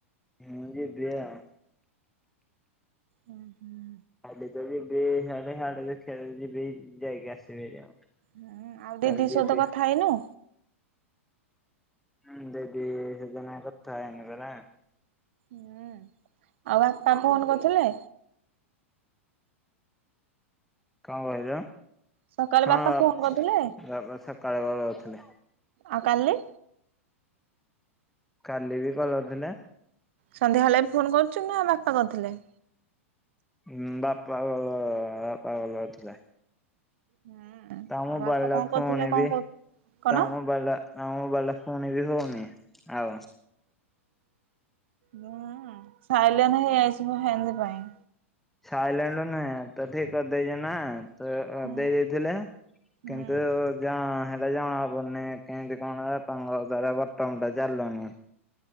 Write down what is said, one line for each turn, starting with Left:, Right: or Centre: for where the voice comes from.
Centre: ହଁ ଯିବି ଆଉ।
Right: ହୁଁ ହୁଁ।
Centre: ହେଇ ଯୋଉ ଯିବି ହିଆଡେ ହିଆଡେ ଦେଖିଆ ଯୋଉ ଯିବି ଯାଇକି ଆସିବି ହାରି ଆଉ।
Right: ହୁଁ ଆଉ
Centre: କାଲି
Right: ଦି ଦି
Centre: ଯିବି
Right: ସହିତ କଥା ହେଇନୁ?
Centre: ହୁଁ ଦିଦି ସେଦିନ କଥା ହେଇନି ପରା।
Right: ହୁଁ, ଆଉ ବାପା ଫୋନ କରୁଥିଲେ?
Centre: କଣ କହିଲ?
Right: ସକାଳେ
Centre: ହଁ,
Right: ବାପା ଫୋନ
Centre: <unintelligible>
Right: କରିଥିଲେ
Centre: ସକାଳ ବେଳେ ଉଠିଲି।
Right: ଆଉ କାଳେ
Centre: କାଲି ବି କଲ୍ କରିଥିଲା?
Right: ସନ୍ଧ୍ୟା ହେଲେ ବି ଫୋନ କରୁଛୁ ନା ବାପା କରିଥିଲେ?
Centre: ହୁଁ, ବାପା ଭଲ ବାପା ଭଲ ହଉଥିଲା।
Right: ହୁଁ।
Centre: ତା ମୋବାଇଲ୍
Right: ଆଉ ବାପା
Centre: ଟାକୁ
Right: କରୁଥିଲେ
Centre: କଣ ନେବି?
Right: କରୁ କଣ?
Centre: ତା ମୋବାଇଲ୍ ଟା ଆ ମୋବାଇଲ୍ ଟା ପୁଣି ବି ଦଉନି ଆଉ
Right: ହଁ, ସାଇଲେଣ୍ଟ ହେଇଯାଇଛି ମୁଁ ଜାଣିନି କାଇଁ।
Centre: ସାଇଲେଣ୍ଟ ନୁହେଁ ତ ଠିକ୍ କରିଦେଇଛ ନା ତ
Right: ହୁଁ
Centre: ଦେଇ ଦେଇଥିଲେ
Right: ହୁଁ
Centre: କିନ୍ତୁ ଯା ହେଲେ ଜଣା ପଡ଼ୁନି କେମିତି କଣ ବାପାଙ୍କ ଦ୍ଵାରା ତମେ ତ ଜାଣିଲଣି